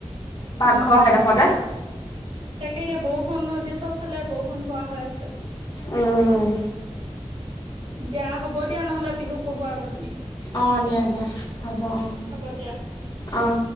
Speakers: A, on the left (about 40°); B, on the right (about 55°).
A: পাকঘৰ
B: উম।
A: সেইডোখৰতে
B: তাকে এতিয়া বৰষুণো, এতিয়া চব ফালে বৰষুন পৰা হৈ আছে।
A: উম।
B: দিয়া, হ'ব দিয়া নহ'লে, পিহুক পঢ়োৱা গৈ তুমি।
A: অঁ দিয়া দিয়া হ'ব অঁ
B: হ'ব দিয়া।
A: অঁ